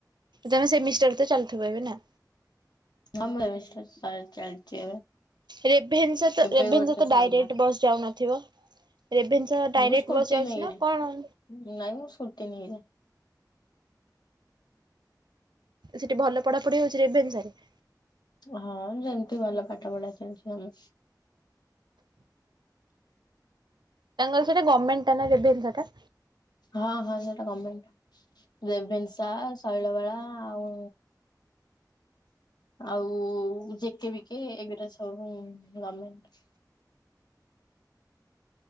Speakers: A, on the right (about 80°); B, on the left (about 70°).
A: ତମେ ସେମିଷ୍ଟାର ତ ଚାଲିଥିବ ଏବେ ନା?
B: ହଁ ମୁଁ ସେମିଷ୍ଟାର ଚାଲିଛି ଏବେ।
A: ରେଭେନ୍ସା ତ
B: ଏବେ
A: ରେଭେନ୍ସା
B: ଗୋଟେ
A: ତ ଡାଇରେକ୍ଟ
B: ସଇଲା
A: ବସ୍ ଯାଉନଥିବ ରେଭେନ୍ସା ସହ ଡାଇରେକ୍ଟ
B: ମୁଁ ସ୍କୁଟି
A: ବସ ଯାଉଛି
B: ନେଇଯାଏ
A: ନା କଣ?
B: ନାଇଁ ମୁଁ ଛୁଟି ନେଇଯାଏ।
A: ସେଠି ଭଲ ପଢା ପଢି ହଉଛି ରେଭେନ୍ସା ସାରେ?
B: ହଁ ଯେମତି ଭଲ ପାଠ ପଢା ସେମିତି।
A: ତାଙ୍କର ସେଇଟା ଗର୍ମେଣ୍ଟ ଟା ନା ରେଭେନ୍ସା ଟା?
B: ହଁ ହଁ ସେଇଟା ଗମେଣ୍ଟ। ରେଭେନ୍ସା ଶୈଳବାଳା ଆଉ ଆଉ ଜିକେ ବିିକେ ଏଗୁଡା ସବୁ ଗମେଟ୍।